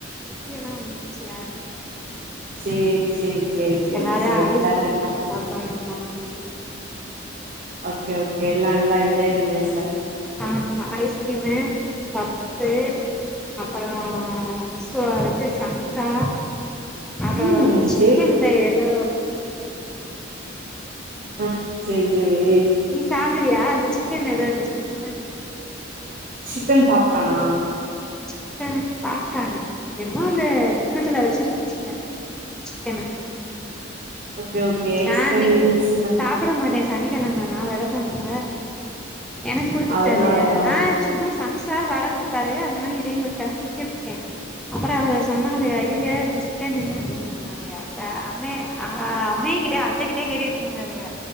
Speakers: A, in the centre; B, on the right.
A: சித்தி எல்லாம் இருதுச்சே
B: செரி செரி செரி செரி
A: எல்லாரும்
B: செரி வேற என்ன
A: <unintelligible>
B: ஓகே ஓகே எல்லாம் நல்லா என்ஜாய் பண்ணியாச்சுல
A: ஆமா ஐஸ்கிரீமு பப்ஸ் அப்புறோம் சூடா சம்ஷா அப்றோம்
B: ம்
A: சிக்கன்ல
B: சேரி
A: ஏதோ <inaudible>
B: ஆ செரி செரி
A: நீ சாப்பிடுவியா அந்த சிக்கன் ஏதோ இருந்துச்சானு
B: சிக்கன் பாப்கானா
A: சிக்கன் பாப்கார்ன் என்னமோ அந்த கிண்ணத்துல வச்சிருன்ச்சுங்க சிக்கனு
B: ஓகே ஓகே
A: நான்
B: சிக்கன்
A: இன்னைக்கு
B: விங்ஸ் ஆமா
A: சாப்பிட மாட்டன் சனிகெழம நா வெரதோம்ல எனக்கு குடுத்துட்டலே
B: அதனாலயா
A: நான் சும்மா சம்சா வட குடுத்தாலு அந்த மாரி இதையு குடுத்தாக தின்னு புட்டன் அப்புறம் அவளுக சொன்னாலுக ஐயய இது சிக்கனு அப்டினாங்க னாலுக சோ அமே அ-அம்மை அத்த கிட்டே கேட்டு கிட்டு இருந்தேனுக